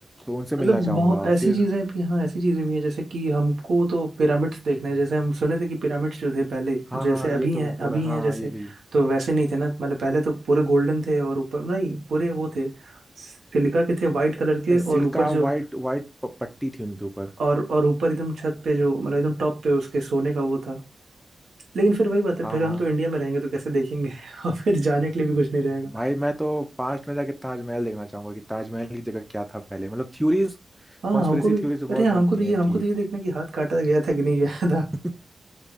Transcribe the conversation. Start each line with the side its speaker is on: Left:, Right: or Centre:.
Centre: तो उनसे मिलना
Right: मतलब
Centre: चाहूंगा
Right: बहुत
Centre: और
Right: ऐसी
Centre: फिर
Right: चीजें भी हाँ ऐसी चीजें भी हैं जैसे कि हमको तो पिरामिड्स देखना है जैसे हम सुने थे कि पिरामिड्स जो थे पहले
Centre: हाँ
Right: जैसे
Centre: हाँ
Right: अभी
Centre: ये तो
Right: हैं
Centre: पूरा
Right: अभी
Centre: हाँ
Right: हैं जैसे
Centre: हाँ ये भी
Right: तो वैसे नहीं थे ना मतलब पहले तो पूरे गोल्डन थे और ऊपर नहीं पूरे वो थे सिलिका के थे वाइट कलर के
Centre: सिल्का
Right: और ऊपर जो
Centre: वाइट वाइट पट्टी थी उनके ऊपर
Right: और और ऊपर एकदम छत पे जो मतलब एकदम टॉप पे उसके सोने का वो था लेकिन फिर वही बात है
Centre: हाँ
Right: फिर
Centre: हाँ
Right: हम तो
Centre: हाँ।
Right: इंडिया में रहेंगे तो कैसे देखेंगे <laughs> और फिर जाने के लिए भी कुछ नहीं रहेगा
Centre: भाई मैं तो पास्ट में जाके ताजमहल देखना चाहूंगा कि ताजमहल की जगह क्या था पहले मतलब थ्योरीज
Right: हाँ
Centre: कॉन्स्पिरेसी
Right: हमको भी
Centre: थ्योरीज बहुत
Right: अरे हाँ,
Centre: बनती
Right: हमको तो ये
Centre: हैं
Right: हमको
Centre: कि
Right: तो ये देखना है कि हाथ काटा गया था कि नहीं गया
Centre: <laughs>